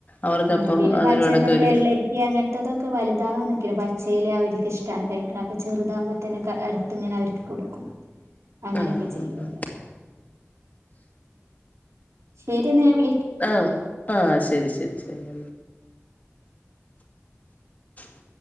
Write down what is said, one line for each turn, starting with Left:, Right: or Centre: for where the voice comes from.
Left: അവർക്കപ്പം
Right: ആ പിന്നെ
Left: അതിനോടൊക്കെ
Right: പച്ചക്കറി
Left: ഒരു
Right: വെള്ളരിക്ക അങ്ങനത്തെതൊക്കെ വലുതാകാൻ നൊക്കിണ്ട് പച്ചയില അവര് ഇഷ്ടാണ് കഴിക്ക്ണ അപ്പ ചെറുതാമ്പത്തേനക്ക എടുത്തിങ്ങനെ അവര്ക്ക് കൊടുക്കും അങ്ങനെയൊക്കെ
Left: ആഹ്
Right: ചെയ്യാറ്
Left: ആഹ്
Right: ശെരിന്ന ഞ
Left: ആ ആ ശരി ശരി ശരി <inaudible>